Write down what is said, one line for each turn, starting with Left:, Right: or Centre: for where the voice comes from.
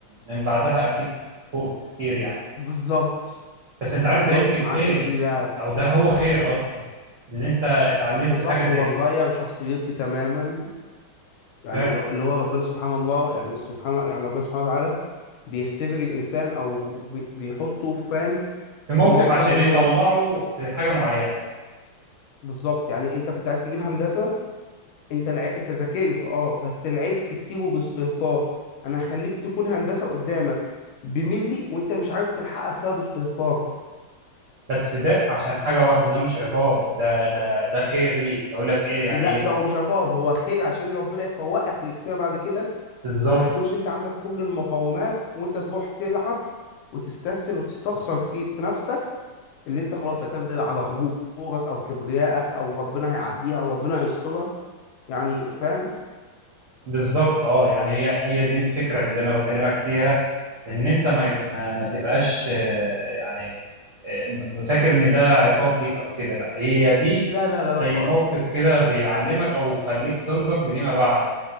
Right: من بعدها اكيد فوقت كتير يعني
Left: بالظبط
Right: بس انت عارف
Left: بالظبط
Right: ده يمكن
Left: ما عادش
Right: خير
Left: فيه لعب
Right: او ده هو خير اصلا اللي انت اتعلمت
Left: بالظبط
Right: حاجه زي
Left: هو غير
Right: دي
Left: شخصيتي تماما يعني
Right: ف-
Left: اللي هو ربنا سبحان الله يعني سبحان يعني ربنا سبحانه وتعالى بيختبر الإنسان أو بي- بيحطه فاهم
Right: في موقف
Left: في موضع
Right: عشان
Left: اللي
Right: يطلعه
Left: هو إيه
Right: في حاجه معينه
Left: بالظبط يعني أنت كنت عايز تجيب هندسة أنت لع... أنت ذاكرت أه بس لعبت كتير وباستهتار أنا هخليك تكون هندسة قدامك بملي وأنت مش عارف تلحقها بسبب استهتارك
Right: بس ده عشان حاجه واحده ده مش عقاب ده ده ده خير ليك اقول لك ايه يعني
Left: لا
Right: ايه
Left: ده
Right: برضه
Left: هو مش عقاب هو خير عشان ربنا يفوقك فيما بعد كده
Right: بالظبط
Left: اللي ما يكونش انت عندك كل المقومات وانت تروح تلعب وتستسهل وتستخسر في في نفسك اللي انت خلاص تعتمد على غرورك او كبريائك او ربنا هيعديها او ربنا هيسترها يعني فاهم
Right: بالظبط اه يعني هي هي دي الفكره اللي انا بكلمك فيها ان انت ما ما, ما تبقاش آه، يعني آه، م- فاكر ان ده عقاب ليك او كده لا هي دي
Left: لا لا لا لا
Right: زي
Left: خالص
Right: موقف كده بيعلمك او خليك تنضج لما بعد